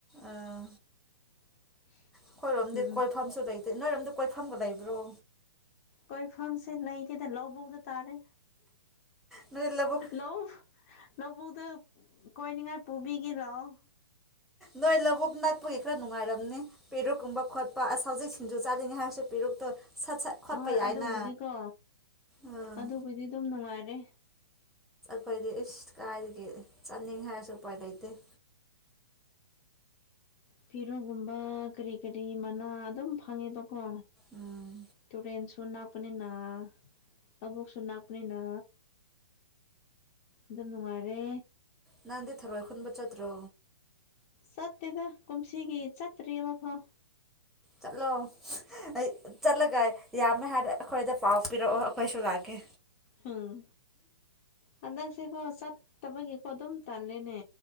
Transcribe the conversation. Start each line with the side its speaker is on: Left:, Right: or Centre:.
Centre: ꯑꯥ
Left: <inaudible>
Centre: ꯑꯈꯣꯏꯔꯣꯝꯗꯤ
Left: ꯎꯝ ꯎꯝ
Centre: ꯀꯣꯏꯐꯝꯁꯨ ꯂꯩꯇꯦ ꯅꯣꯏꯔꯣꯝꯗꯤ ꯀꯣꯏꯐꯝꯒ ꯂꯩꯕ꯭ꯔꯣ
Left: ꯀꯣꯏꯐꯝꯁꯦ ꯂꯩꯇꯦꯗ ꯂꯧꯕꯨꯛꯗ ꯇꯥꯔꯦ
Centre: ꯅꯣꯏ ꯂꯧꯕꯨꯛ
Left: ꯂꯧ ꯂꯧꯕꯨꯛꯗ ꯀꯣꯏꯅꯤꯡꯉꯥꯏ ꯄꯨꯕꯤꯒꯦ ꯂꯥꯛꯑꯣ
Centre: ꯅꯣꯏ ꯂꯧꯕꯨꯛ ꯅꯛꯄꯒꯤ ꯈꯔ ꯅꯨꯡꯉꯥꯏꯔꯝꯅꯤ ꯄꯦꯔꯨꯛꯀꯨꯝꯕ ꯈꯣꯠꯄ ꯑꯁ ꯍꯧꯖꯤꯛ ꯁꯤꯡꯖꯨ ꯆꯥꯅꯤꯡꯉꯦ ꯍꯥꯏꯔꯁꯨ ꯄꯦꯔꯨꯛꯇꯣ ꯁꯠ ꯁꯠ ꯈꯣꯠꯄ
Left: ꯑꯍꯣꯏ
Centre: ꯌꯥꯏꯅ
Left: ꯑꯗꯨꯕꯨꯗꯤꯀꯣ
Centre: ꯑꯥ
Left: ꯑꯗꯨꯕꯨꯗꯤ ꯑꯗꯨꯝ ꯅꯨꯡꯉꯥꯏꯔꯦ
Centre: ꯈꯣꯏꯗꯤ ꯏꯁ ꯀꯥꯏꯗꯒꯤ ꯆꯠꯅꯤꯡꯉꯦ ꯍꯥꯏꯔꯁꯨ ꯎꯄꯥꯏ ꯂꯩꯇꯦ
Left: ꯐꯤꯔꯣꯜ ꯒꯨꯝꯕ ꯀꯔꯤ ꯀꯔꯤ ꯃꯅꯥ ꯑꯗꯨꯝ ꯐꯪꯉꯦꯕ ꯀꯣ
Centre: ꯎꯝ
Left: ꯇꯨꯔꯦꯜꯁꯨ ꯅꯛ ꯄꯅꯤꯅ ꯂꯧꯕꯨꯛꯁꯨ ꯅꯛꯄꯅꯤꯅ ꯑꯗꯨꯝ ꯅꯨꯡꯉꯥꯏꯔꯦ
Centre: ꯅꯍꯥꯟꯗꯤ ꯊꯔꯣꯏ ꯈꯨꯟꯕ ꯆꯠꯇ꯭ꯔꯣ
Left: ꯆꯠꯇꯦꯗ ꯀꯨꯝꯁꯤꯒꯤ ꯆꯠꯇ꯭ꯔꯤ ꯑꯃꯐꯥꯎ
Centre: ꯆꯠꯂꯣ ꯑꯩ ꯆꯠꯂꯒ ꯌꯥꯝꯃꯦ ꯍꯥꯏꯅ ꯑꯩꯈꯣꯏꯗ ꯄꯥꯎ ꯄꯤꯔꯛꯑꯣ ꯑꯈꯣꯏꯁꯨ ꯂꯥꯛꯀꯦ
Left: ꯍꯝ ꯍꯟꯗꯛꯁꯦꯀꯣ ꯆꯠꯇꯕꯒꯤꯀꯣ ꯑꯗꯨꯝ ꯇꯜꯂꯦꯅꯦ